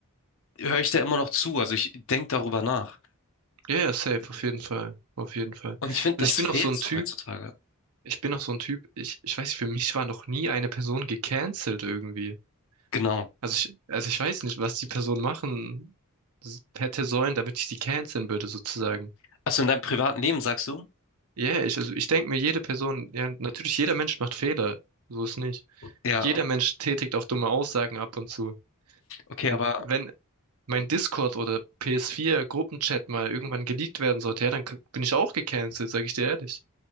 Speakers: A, on the left; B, on the right.
A: höre ich da immer noch zu. Also ich denke darüber nach.
B: Ja, ja, safe, auf jeden Fall. Auf jeden Fall.
A: Und ich finde, das
B: Also ich bin
A: fehlt
B: auch so ein
A: so
B: Typ,
A: heutzutage.
B: Ich bin noch so ein Typ, ich, ich weiß, nicht, für mich war noch nie eine Person gecancelt irgendwie.
A: Genau.
B: Also ich, also ich weiß nicht, was die Person machen s- hätte sollen, damit ich sie canceln würde, sozusagen.
A: Also in deinem privaten Leben sagst du?
B: Ja, yeah, ich, also ich denke mir, jede Person, ja, natürlich, jeder Mensch macht Fehler. So ist nicht.
A: Ja,
B: Jeder Mensch tätigt auch dumme Aussagen ab und zu.
A: okay,
B: Und
A: aber
B: wenn mein Discord oder PS4 Gruppenchat mal irgendwann geleakt werden sollte, ja, dann k- bin ich auch gecancelt, sag ich dir ehrlich.